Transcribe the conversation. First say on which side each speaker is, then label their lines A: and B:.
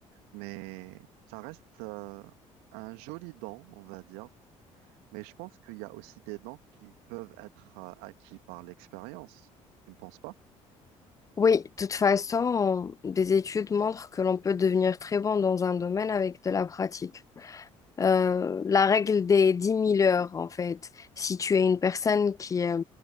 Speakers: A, on the right; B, on the left.
A: mais ça reste euh, un joli don, on va dire. Mais je pense qu'il y a aussi des dons qui peuvent être euh, acquis par l'expérience. Tu ne penses pas?
B: Oui, de toute façon, des études montrent que l'on peut devenir très bon dans un domaine avec de la pratique. euh, la règle des dix mille heures, en fait. Si tu es une personne qui, euh,